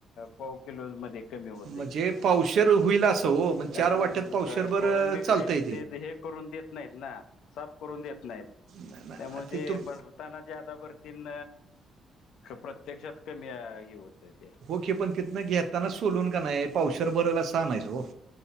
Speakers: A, on the left; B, on the right.
A: पाव किलो मध्ये. कमी होत
B: म्हणजे
A: ते
B: पावशर होईल असं हो म्हणजे
A: कारण
B: चार वाट्यात पावशर बर
A: कोळंबी काय
B: चालतंय
A: ते हे करून देत. नाहीत ना साप करून देत नाहीत
B: नाही, नाही,
A: त्यामुळे ते
B: तुम
A: ब असताना ज्यादा भरतीन प्रत्यक्षात कमी ह होत ते
B: ओके पण तिथनं घेताना सोलून का नाही पावसर भरय सहान आहेच हो.